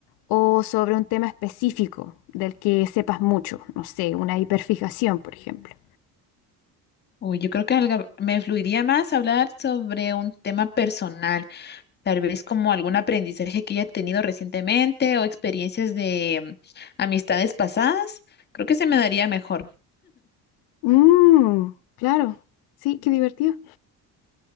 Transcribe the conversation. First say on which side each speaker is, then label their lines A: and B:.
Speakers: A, on the left (about 80°); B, on the left (about 30°).
A: o sobre un tema específico del que sepas mucho? No sé, una hiperfijación, por ejemplo.
B: uy, yo creo que algo- me fluiría más hablar sobre un tema personal, tal vez como algún aprendizaje que haya tenido recientemente o experiencias de mm, amistades pasadas. Creo que se me daría mejor.
A: Mm, claro, sí, qué divertido.